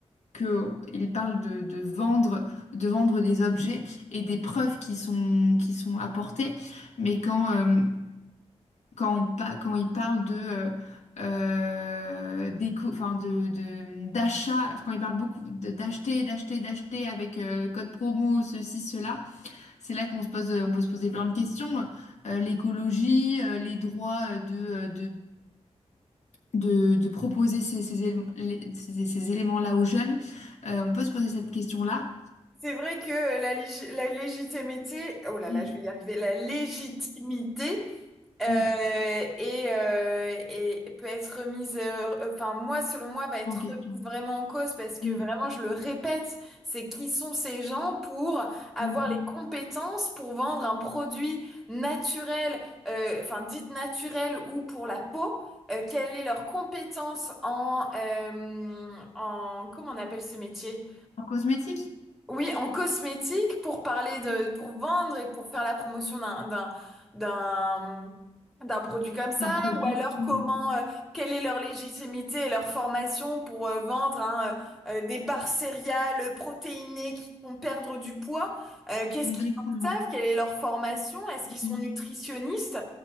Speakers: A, on the left; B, in the centre.
A: que il parle de, de vendre, de vendre des objets et des preuves qui sont, qui sont apportées, mais quand, euh, quand, on pa- quand il parle de, euh, euh, d'éco- enfin de, de- d'achat, quand il parle beaucoup de- d'acheter, d'acheter, d'acheter avec euh, code promo, ceci, cela, c'est là qu'on se pose, on peut se poser plein de questions. Euh, l'écologie, euh, les droits euh, de, de, de proposer ces, ces élé- les- ces- ces éléments-là aux jeunes. Euh, on peut se poser cette question-là.
B: C'est vrai que la, lég- la légitimité, oh là
A: Mm,
B: là, je vais y arriver, la légitimité euh,
A: mm,
B: et, euh, et peut être remise, euh, enfin moi, selon moi, va être
A: En question.
B: remise vraiment en cause parce que
A: Mm,
B: vraiment, je le répète, c'est qui sont ces gens pour avoir
A: mm,
B: les
A: mm.
B: compétences pour vendre un produit naturel, euh, enfin dit naturel ou pour la peau. euh, quelle est leur compétence en, euh, en, comment on appelle ce métier?
A: En cosmétique?
B: Oui, en cosmétique pour parler de, pour vendre et pour faire la promotion d'un, d'un, d'un, d'un produit comme ça,
A: Un produit?
B: ou alors
A: Mm,
B: comment, euh, quelle est leur légitimité et leur formation pour euh, vendre hein, euh, euh, des barres céréales protéinées qui font perdre du poids. Euh, qu'est-ce
A: Exactement.
B: qu'ils en savent? Quelle est leur formation? Est-ce
A: Mm,
B: qu'ils sont nutritionnistes?